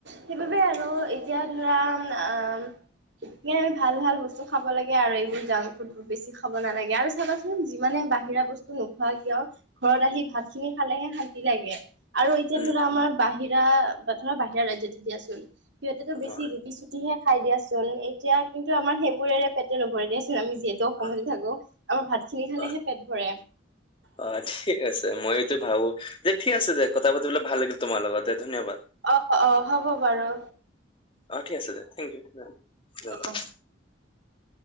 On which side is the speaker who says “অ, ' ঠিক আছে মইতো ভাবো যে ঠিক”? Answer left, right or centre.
Left